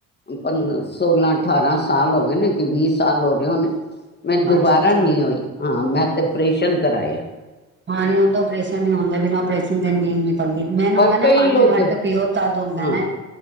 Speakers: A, on the left (about 25°); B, on the right (about 25°).
A: ਪੰਦਰਾ ਸੋਲਾਂ ਅਠਾਰਾਂ ਸਾਲ ਹੋ ਗਏ ਨੇ ਕਿ ਵੀਹ ਸਾਲ ਹੋ ਗਹੇ ਹੋਨੇ। ਮੈਨ ਦੁਬਾਰਾ
B: ਅੱਛਾ ਅੱਛਾ
A: ਨਹੀਂ ਹੋਈ ਹਾਂ ਮੈਂ ਤੇ ਪਰੇਸ਼ਨ ਕਰਾਇਆ।
B: ਹਾਂ ਹੁੰਦਾ ਓਪਰੇਸ਼ਨ ਹੀ ਹੁੰਦਾ ਬਿਨਾਂ ਆਪਰੇਸ਼ਨ ਦੇ ਨੀ <unintelligible> ਮੈਨੂੰ
A: ਪਰ
B: ਹੁੰਦਾ ਨਾ
A: ਕਈ
B: ਪਾਨੀ
A: ਲੋਕ
B: ਘੱਟ ਪੀਓ ਤਦ ਹੁੰਦਾ
A: ਹਾਂ
B: ਨਾ।